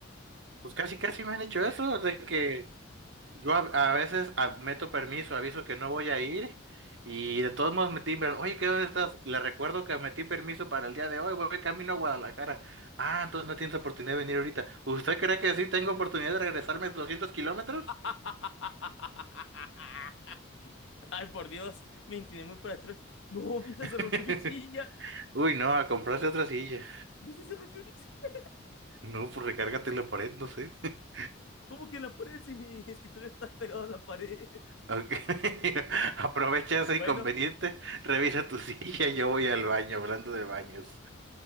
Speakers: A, on the right; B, on the left.
A: Pues casi, casi me han hecho eso, de que Yo a, a veces a- meto permiso, aviso que no voy a ir y de todos modos me timbran. Oye, ¿qué dónde estás? Le recuerdo que metí permiso para el día de hoy, voy camino a Guadalajara. Ah, entonces no tienes oportunidad de venir ahorita. ¿Usted cree que sí tengo oportunidad de regresarme doscientos kilómetros?
B: <laughs> Ay, por Dios, me incliné muy para atrás. No, <laughs> Misa
A: <laughs>
B: se rompió mi silla.
A: Uy, no, a comprarse otra silla.
B: Misa se rompió mi silla.
A: No, pues recárgate en la pared, no sé. <laughs>
B: ¿Cómo que en la pared si mi <laughs> escritorio está pegado a la pared?
A: Ok, <laughs> aprovecha ese
B: Bueno,
A: inconveniente, revisa tu <laughs> silla, yo voy al baño, hablando de baños.